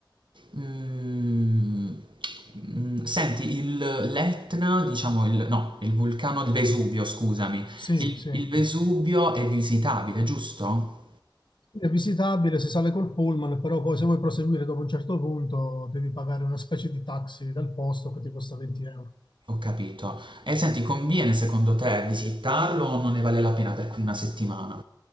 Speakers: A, on the right (about 80°); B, on the left (about 70°).
A: Mm, mm, senti, il l'Etna, diciamo, il, no, il vulcano del Vesuvio, scusami.
B: Sì,
A: Sì.
B: sì.
A: Il, il Vesuvio è visitabile, giusto?
B: È visitabile, si sale col pullman, però poi se vuoi proseguire dopo un certo punto devi pagare una specie di taxi dal posto che ti costa 20 euro.
A: Ho capito. E senti, conviene secondo te visitarlo o non ne vale la pena per una settimana?